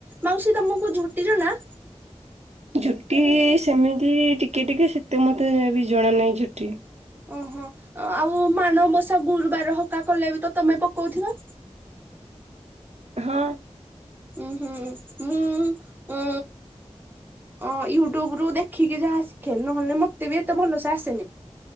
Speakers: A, on the right; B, on the right.
A: ମାଉସୀ ତମକୁ ଝୋଟି ଜଣା।
B: ଝୋଟି ସେମିତି ଟିକେ ଟିକେ ସେତେ ମତେ ବି ଜଣା ନାହିଁ ଝୋଟି।
A: ଓହୋ ଆଉ ମାଣବସା ଗୁରୁବାର ହକା କଲେ ବି ତ ତମେ ପକଉଥିବ।
B: ହଁ।
A: ଉଁ ହୁଁ ମୁଁ ଅଁ ୟୁଟ୍ୟୁବ ରୁ ଦେଖିକି ଯାହା ଶିଖେ ନହେଲେ ମତେ ବି ଏତେ ଭଲସେ ଆସେନି।